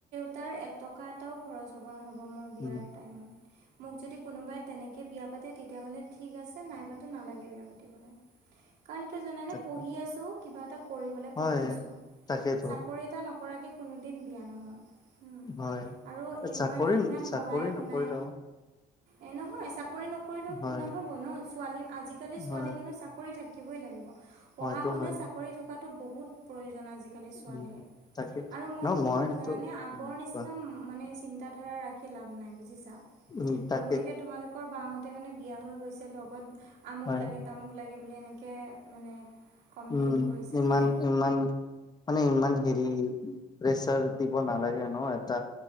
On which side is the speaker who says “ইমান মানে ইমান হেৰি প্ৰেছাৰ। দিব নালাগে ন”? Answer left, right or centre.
Left